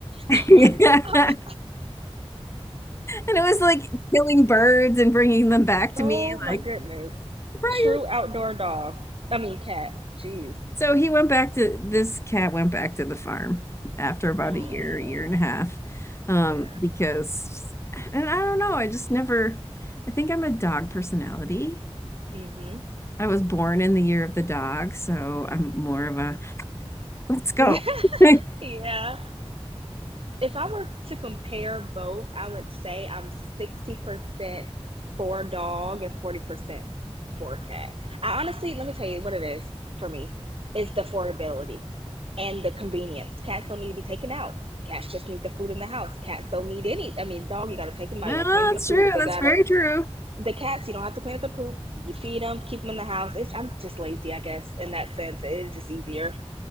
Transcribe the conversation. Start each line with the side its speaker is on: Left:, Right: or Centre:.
Left: <laughs>
Right: Oh
Left: yeah.
Right: my god.
Left: And it was like killing birds and bringing them back to
Right: Oh
Left: me,
Right: my
Left: like
Right: goodness.
Left: Brian.
Right: True outdoor dog. I mean cat. Jeez.
Left: So he went back to this cat went back to the farm after about
Right: Oh.
Left: a year, year and a half, um,
Right: Yeah.
Left: because, and I don't know, I just never. I think I'm a dog personality.
Right: hmm
Left: I was born in the year of the dog, so I'm more of a let's go.
Right: <laughs> Yeah.
Left: <laughs>
Right: Yeah. If I were to compare both, I would say I'm 60% for dog and 40% for cat. I honestly, let me tell you what it is for me. It's the affordability and the convenience. Cats don't need to be taken out. Cats just need the food in the house. Cats don't need any. I mean, dog, you gotta take them out.
Left: Well,
Right: You gotta clean up
Left: that's
Right: the poop.
Left: true.
Right: They
Left: That's
Right: gotta
Left: very true.
Right: the cats. You don't have to clean up the poop. You feed them, keep them in the house. It's, I'm just lazy, I guess, in that sense. It is just easier,